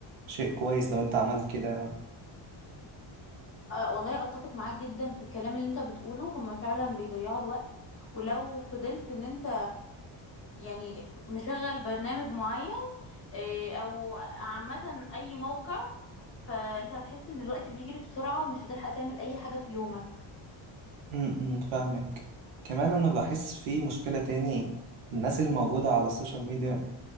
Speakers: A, on the right; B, on the left.
A: شيء كويس لو انت عملت كده يعني
B: آه، والله أتفق معاك جدا في الكلام اللي أنت بتقوله هما فعلا بيضيعوا الوقت ولو فضلت إن أنت يعني مشغل برنامج معين إيه، او عامة اي موقع فانت هتحس ان الوقت بيجري بسرعة ومش هتلحق تعمل اي حاجة في يومك
A: م- م، فاهمك كمان انا بحس في مشكلة تاني الناس الموجودة على السوشيال ميديا